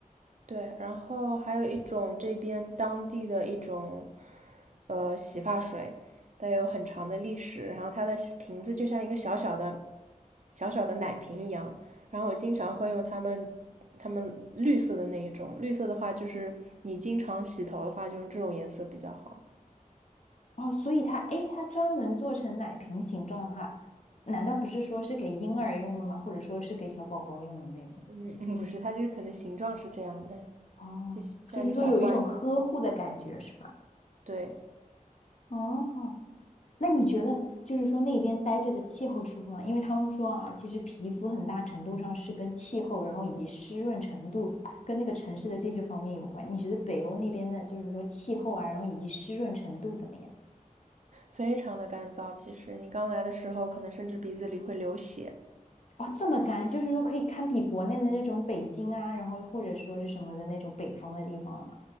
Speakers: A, on the right (about 60°); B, on the left (about 55°).
A: 对，然后还有一种这边当地的一种，呃，洗发水，它有很长的历史，然后它的瓶子就像一个小小的、小小的奶瓶一样，然后我经常会用它们。它们绿色的那一种，绿色的话就是你经常洗头的话，就用这种颜色比较好。
B: 哦，所以它，诶，它专门做成奶瓶形状的话，难道不是说是给婴儿用的吗？或者说是给小宝宝用的那种？
A: 嗯，嗯不是，它就是可能形状是这样的。
B: 哦，
A: 就像一个小怪，
B: 就是说有一种呵护的感觉，是吧？
A: 对，
B: 哦，那你觉得就是说那边待着的气候舒服吗？因为他们说啊，其实皮肤很大程度上是跟气候，然后以及湿润程度跟那个城市的这些方面有关。你觉得北欧那边的，就是说气候啊，然后以及湿润程度怎么样？
A: 非常的干燥。其实你刚来的时候，可能甚至鼻子里会流血，
B: 哦，这么干，就是说可以堪比国内的那种北京啊，然后或者说是什么的那种北方的地方了吗？